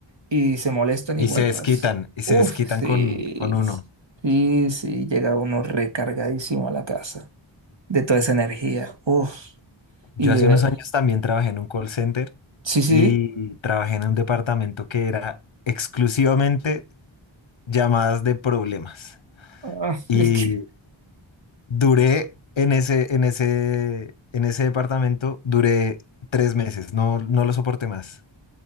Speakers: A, on the right; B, on the left.
A: y se molestan
B: Y
A: igual,
B: se desquitan,
A: parce.
B: y
A: Uf,
B: se desquitan
A: sí,
B: con, con uno.
A: sí, sí, llega uno recargadísimo a la casa de toda esa energía, uf,
B: Yo
A: y libera.
B: hace unos años también trabajé en un call center
A: Sí, sí,
B: y trabajé en un departamento que era exclusivamente llamadas de problemas.
A: ah, <laughs>
B: Y
A: es que,
B: duré en ese, en ese, en ese departamento, duré tres meses, no, no lo soporté más.